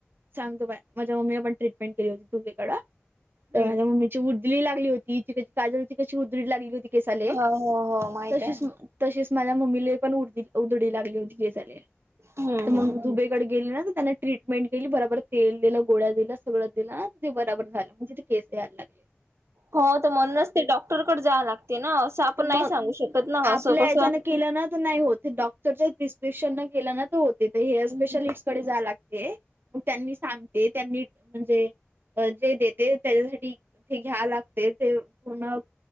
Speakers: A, on the right; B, on the right.
A: सांगतो बाई माझ्या मम्मीन पण ट्रीटमेंट केली होती तर
B: हम्म.
A: माझ्या मम्मी उडली लागली होती तिक काजल तिकची उदळी लागली होती केसाले
B: हो हो हो माहित
A: तशीच
B: आहे.
A: तशिच माझ्या मम्मीले पण उ उधडी लागली होती केसाले
B: हम्म
A: तर
B: हम्म.
A: मग दुबेकडे गेली ना तर त्यांना ट्रीटमेंट दिली त्यांना बराबर तेल दिलं गोळ्या दिलं सगळं दिलं ना ते बराबर झालं म्हणजे ते केस यायला लागले
B: हो तर म्हणूनच ते डॉक्टरकडे जावं लागते ना असं आपण
A: तर
B: नाही
A: मग
B: सांगू शकत ना
A: आपल्या
B: असं कसं
A: याच्यान केलं ना तर नाही होत डॉक्टर प्रिस्क्रिप्शन न केल ना तर होते हेअर स्पेशालिस्टकडे
B: हम्म
A: जा लागते मग त्यांनी सांगते त्यांनी म्हणजे जे देते त्याच्यासाठी ते घ्या लागते ते पूर्ण